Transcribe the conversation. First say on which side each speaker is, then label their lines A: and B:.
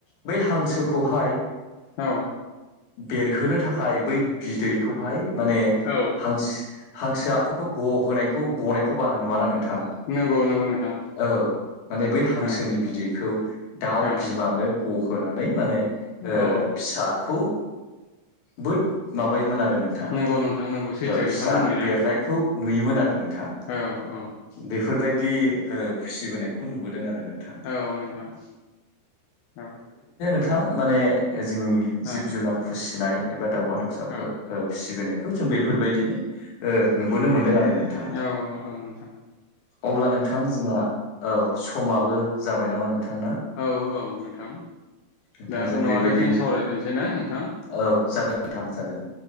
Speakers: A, on the left; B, on the left.
A: बै हांसोखौहाय
B: औ
A: बेरहोनो थाखाय बै बिदैखौहाय माने
B: औ
A: हांसो हांसो आखखौथ' ग होनोनायखौ गनायखौ बारा नुवा नों थां
B: नंगौ नंगौ नोंथां
A: औ माने बै हांसोनि
B: औ
A: बिदै खौ दाउ
B: औ
A: बिमानो गहोनानै माने
B: औ
A: फिसाखौ बोद माबायोमोन आरो नोंथां
B: नंगौ नोंथां नंगौ सैथो
A: फिसा
B: नोंथां बुंनाया
A: देरनायखौ नुयोमोन आरो नोंथां
B: औ औ
A: बेफोरबायदि फिसिबोनायखौ नुबोदों आरो नोंथां
B: औ नोंथां औ
A: गोोथां माने जोंनि जिब
B: औ
A: जुनार फिसिनाय एबा दाउमा दाउसाफोर
B: औ
A: फिसिबोनो खौ जों बेफोरबायदिनो नुबोनो मोनदों आरो नोंथां
B: औ औ नोंथां
A: अब्ला नोंथां जोंहा औ समाबो जाबाय नामा ना नोंथां
B: औ - औ नोंथां
A: नोंथांजों
B: दा उनाव
A: बेबायदि
B: आरो फिन सावरायफिनसै ने नोंथां
A: औ जागोन नोंथां जागोन